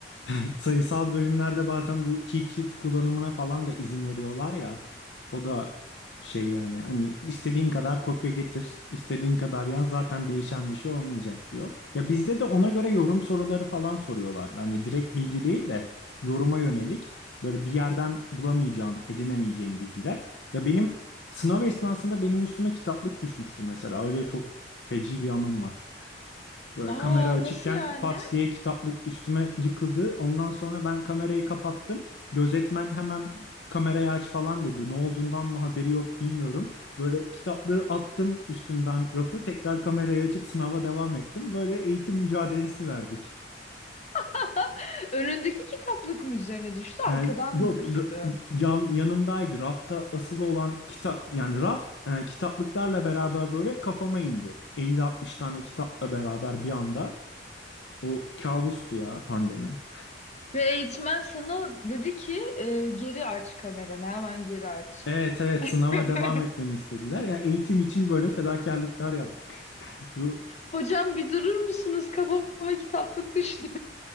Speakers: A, on the left (about 75°); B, on the left (about 40°).
A: <laughs> Sayısal bölümlerde bazen bu cheat sheet kullanımına falan da izin veriyorlar ya. O da şey yani hani istediğin kadar kopya getir, istediğin kadar yaz zaten değişen bir şey olmayacak diyor. Ya bizde de ona göre yorum soruları falan soruyorlardı. Hani direkt bilgi değil de yoruma yönelik böyle bir yerden bulamayacağın, edinemeyeceğin bilgiler. Ya benim sınav esnasında benim üstüme kitaplık düşmüştü mesela. Öyle çok feci bir anım var.
B: <laughs>
A: Böyle
B: Aa
A: kamera açıkken
B: nasıl yani?
A: pat diye kitaplık üstüme yıkıldı. Ondan sonra ben kamerayı kapattım. Gözetmen hemen kamerayı aç falan dedi. Ne olduğundan mı haberi yok bilmiyorum. Böyle kitaplığı attım üstümden rafı tekrar kamerayı açıp sınava devam ettim. Böyle eğitim mücadelesi verdik.
B: <laughs> Önündeki kitaplık mı üzerine düştü,
A: Ee,
B: arkadan
A: yok
B: mı düştü?
A: ra- yan yanımdaydı. Rafta asılı olan kitap yani raf e, kitaplıklarla beraber böyle kafama indi. 50-60 tane kitapla beraber bir anda. O kabustu ya pandemi.
B: Ve eğitmen sana dedi ki e, geri aç kameranı, hemen geri aç.
A: Evet evet sınava
B: <laughs>
A: devam etmeni istediler. Ya eğitim için böyle fedakarlıklar yaptık. <laughs> Ru
B: Hocam bir durur musunuz? Kafama kitaplık düştü.